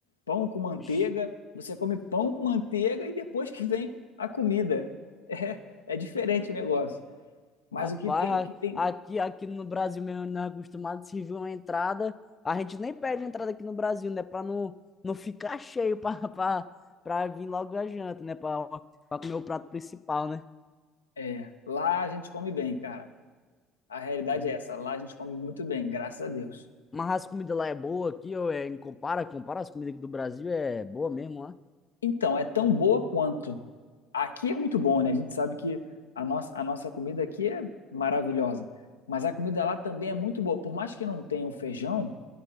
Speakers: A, on the left; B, on the left.
A: pão com manteiga.
B: ixi.
A: Você come pão com manteiga e depois que vem a comida. É, é diferente o negócio. Mas
B: Rapaz,
A: o que tem, o que tem,
B: a- aqui, aqui no Brasil mesmo, nós é acostumado, se vir uma entrada, a gente nem pede entrada aqui no Brasil, né? Pra não, não ficar cheio pra, <laughs> pra, pra vir logo a janta, né? Pra, pra comer o prato principal, né?
A: é, lá a gente come bem, cara. A realidade
B: É,
A: é essa. Lá a gente come muito bem, graças a Deus.
B: Mas as comidas lá é boa aqui, ou é, compara, compara as comidas aqui do Brasil, é boa mesmo lá.
A: Então, é tão boa quanto. Aqui é muito bom, né? A gente sabe que a nossa, a nossa comida aqui é maravilhosa. Mas a comida lá também é muito boa. Por mais que não tenha o feijão,